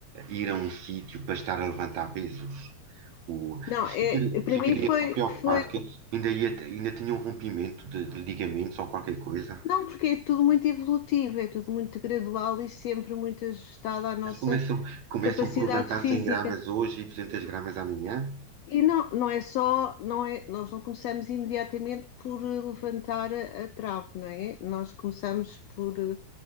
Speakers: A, on the right; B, on the left.
A: ir a um sítio para estar a levantar pesos. O,
B: Não,
A: isso
B: é,
A: ficaria,
B: para
A: ficaria
B: mim foi,
A: preocupado
B: foi.
A: que ainda, ia, ainda tinha um rompimento de, de ligamentos ou qualquer coisa.
B: Não, porque é tudo muito evolutivo, é tudo muito gradual e sempre muito ajustado à nossa
A: Mas começam, começam
B: capacidade
A: por levantar
B: física.
A: 100 gramas hoje e 200 gramas amanhã.
B: E não, não é só, não é, nós não começamos imediatamente por eh, levantar a, a trave, não é? Nós começamos por eh,